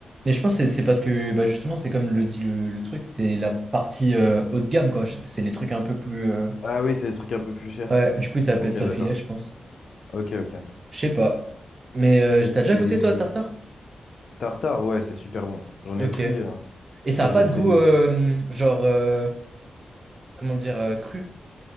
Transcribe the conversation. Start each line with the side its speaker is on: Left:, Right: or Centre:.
Right: Mais je pense que c'est c'est parce que bah, justement, c'est comme le dit le, le truc, c'est la partie euh, haut de gamme, quoi. C'est c'est les trucs un peu plus. euh,
Left: Ah oui, c'est des trucs un peu plus chers.
Right: Ouais, du coup, ils appellent
Left: Ok,
Right: ça
Left: d'accord.
Right: le filet, je pense.
Left: Ok, ok.
Right: Je sais pas. Mais euh,
Left: Et c'est
Right: t'as déjà goûté, toi, le tartare?
Left: tartare, ouais, c'est super bon. J'en
Right: Ok.
Left: ai pris
Right: Et
Left: euh,
Right: ça
Left: quand
Right: a pas
Left: j'étais.
Right: de goût,
Left: euh,
Right: euh, genre, euh, comment dire, euh, cru?